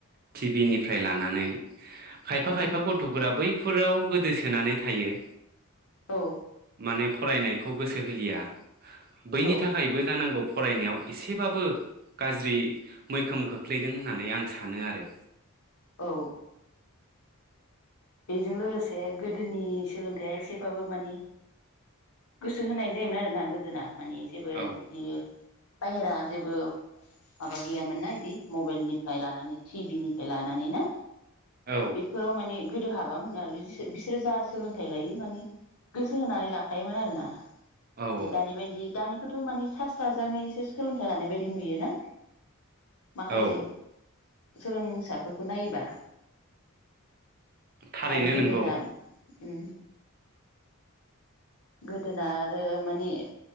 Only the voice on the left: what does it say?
उम
औ
औ
औ बेजों लोगोसे गोदोनि सोलोंथाइया एसेबाबो मानि गोसो होनाय जायोमोन आरोना गोदोना। मानि जेबो बिदि
बायहेरा जेबो माबा गैयामोनना इदि मबाइलनिफ्राय लानानै टिभि निफ्राय लानानै ना
बेफोराव माने गोदो हाबामोन आरो बि बिसोरो जा सोलोंथाइ लायो माने गोसो होनानै लाखायोमोन आरोना।
दानि बायदि दानि खौथ' माने सा स्राजाङैसो सोलोंथाइ लानाय बायदि नुयोना। माखासे
सोलोंसाफोरखौ नायोबा
आरो गोदोना
उम गोदोना आरो मानि